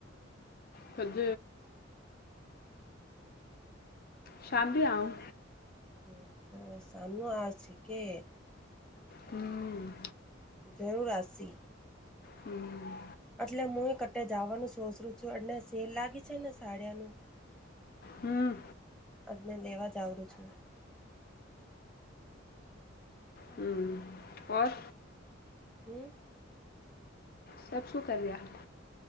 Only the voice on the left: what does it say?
ખજ શામી આઉં
હમ.
હમ.
હમ.
હમ, ઓર
સબ શું, કર રહ્યા